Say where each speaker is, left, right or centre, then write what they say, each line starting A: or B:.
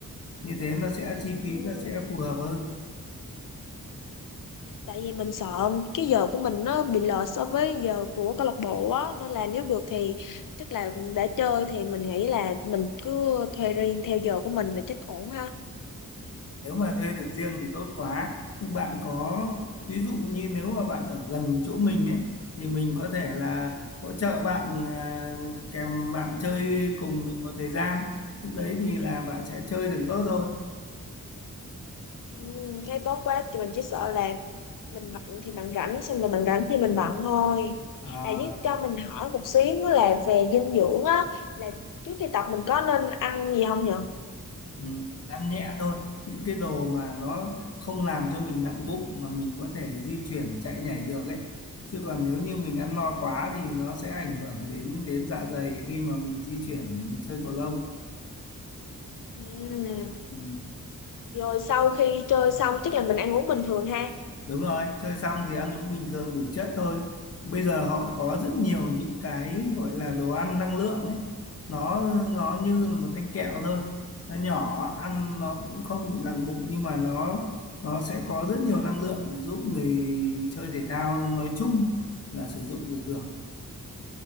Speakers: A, on the left; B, on the left.
A: như thế nó sẽ chi
B: ừ.
A: phí nó sẽ phù hợp hơn.
B: tại vì mình sợ cái giờ của mình nó bị lệch so với giờ của câu lạc bộ á nên là nếu được thì chắc là để chơi thì mình nghĩ là mình cứ thuê riêng theo giờ của mình là chắc ổn ha
A: Ừ, Nếu mà thuê được riêng thì tốt quá. Nhưng bạn có
B: ừ.
A: ví dụ như nếu mà bạn ở gần chỗ mình ấy thì mình có thể là hỗ trợ bạn à, kèm bạn chơi cùng mình một thời gian. Lúc đấy thì là bạn sẽ chơi được tốt thôi.
B: Ừ, thấy tốt quá thì mình chỉ sợ là mình bận thì bạn rảnh xong rồi bạn rảnh thì mình bận thôi
A: À,
B: à với cho mình hỏi một xíu là về dinh dưỡng á là trước khi tập mình có nên ăn gì không nhở?
A: ừ, mình ăn nhẹ thôi. Những cái đồ mà nó không làm cho mình nặng bụng mà mình có thể di chuyển chạy nhảy được ấy. Chứ còn nếu như mình ăn no quá thì nó sẽ ảnh hưởng đến đến dạ dày khi mà mình di chuyển chơi cầu lông.
B: Ừ.
A: Ừ.
B: Rồi sau khi chơi xong
A: Ừ.
B: chắc là mình ăn uống bình thường ha
A: Đúng rồi, chơi xong thì ăn uống bình thường đủ chất thôi. Bây giờ họ có rất nhiều những cái gọi là đồ ăn năng lượng ấy. Nó nó như là một thanh kẹo thôi. Nó nhỏ, ăn nó cũng không bị nặng bụng nhưng mà nó nó sẽ có rất nhiều năng lượng để giúp người chơi thể thao nói chung là sử dụng đều được.